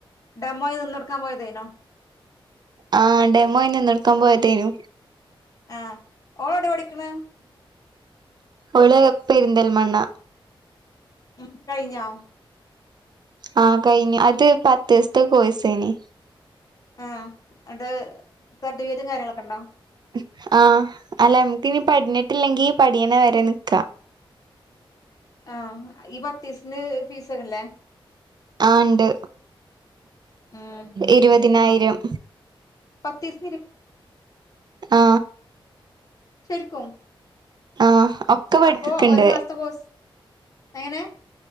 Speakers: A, on the left (about 40°); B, on the right (about 50°).
A: ഡ മ്മായിനിന്നൊട്ക്കാൻ പോയ്തേനോ
B: ആ.. ഡെമോയി നിന്നൊട്ക്കാൻ പോയ്തേനു
A: അ ഓളെവ്ടെ പഠിക്കിണേ
B: ഓള് പെരിന്തൽമണ്ണ
A: ഉം മ് കഴിഞ്ഞോ
B: ആ.. കഴിഞ് അത് പത്തീസത്തെ കോഴ്സേനി
A: അ അടെ സർട്ടിഫിക്കറ്റും കാര്യങ്ങളൊക്കെണ്ടോ
B: മ് അ അല്ല ഞമ്മക്കിനി പഠഞ്ഞിട്ടില്ലെങ്കി പഠിയിണ വരെ നിക്കാ..
A: അ... ഈ പത്തീസത്തിന് ഫീസൊക്കല്ലേ
B: ആ.. ണ്ട്
A: ഉം
B: ഇരുപതിനായിരം
A: പത്തീസ്
B: അ......
A: ശരിക്കും
B: അ.... ഒക്ക പഠിപ്പിക്ക്ണ്ട്
A: അപ്പൊ ഒരു മാസത്തെ കോഴ്സ് എങ്ങനെ